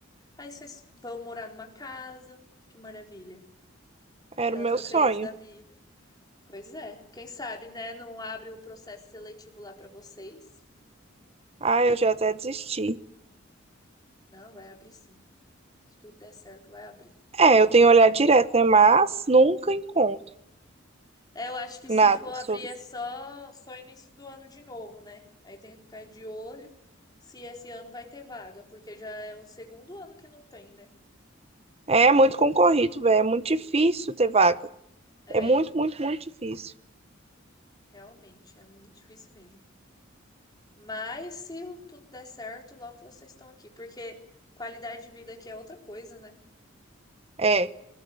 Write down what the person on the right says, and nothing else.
Era
o meu
sonho.
Ah, eu já até desisti.
É, eu tenho olhado direto, né? Mas nunca encontro
nada.
Só
É muito concorrido, velho. É muito difícil ter vaga.
É muito, muito, muito difícil.
É,